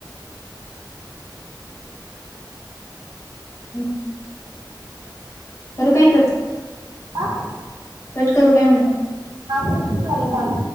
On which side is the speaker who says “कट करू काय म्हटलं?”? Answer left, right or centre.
Left